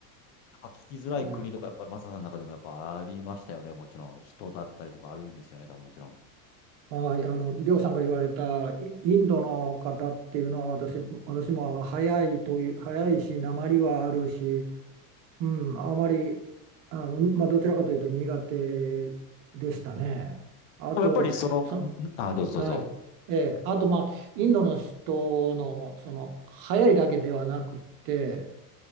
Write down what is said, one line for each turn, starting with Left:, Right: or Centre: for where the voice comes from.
Left: あ聞きづらい国とか、
Right: はい
Left: やっぱりマサさんの中でもやっぱありましたよね。もちろん、人だったりとかあるんですよね、多分もちろん。
Right: はい、あの、りょうさんが言われたイ、インドの方っていうのは私、私もあの早いという、早いし、訛りはあるし、うん、あまり、あの、まあ、どちらかというと苦手でしたね。あと、
Left: でもやっぱりその、んあ、
Right: そ、
Left: どうぞどうぞ。
Right: はい、ええ、あと、まあ、インドの人の、その、早いだけではなくって、